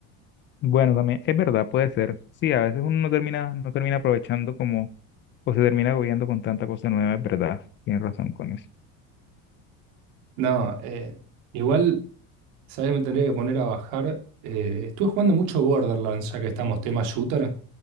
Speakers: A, on the left; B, on the right.
A: Bueno, también, es verdad, puede ser. Sí, a veces uno no termina, no termina aprovechando como, o se termina agobiando con tanta cosa nueva, es verdad. Tienes razón con eso.
B: No, eh, igual. ¿Sabes? Me tendría que poner a bajar. Eh, estuve jugando mucho Borderlands, ya que estamos tema shooter.